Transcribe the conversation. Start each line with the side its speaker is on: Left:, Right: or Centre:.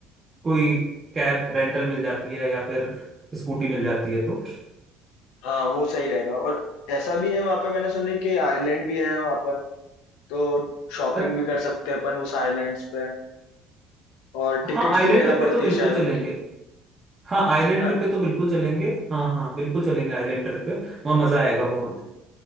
Right: कोई कैब रेंटल मिल जाती है या फिर स्कूटी मिल जाती है तो
Left: हाँ वो सही रहेगा और ऐसा भी है वहां पे मैंने सुना है कि आइलैंड भी है वहां पर तो शॉपिंग
Right: अ-
Left: भी कर सकते हैं अपन उस आइलैंड्स पे और टिकट्स
Right: हाँ आइलैंड
Left: भी लेना
Right: ट्रिप
Left: पड़ती
Right: पे तो बिल्कुल
Left: है शायद
Right: चलेंगे
Left: उनकी
Right: हाँ आइलैंड
Left: है ना
Right: ट्रिप पे तो बिल्कुल चलेंगे हाँ हाँ बिल्कुल चलेंगे आइलैंड ट्रिप पे वहाँ मजा आएगा बहुत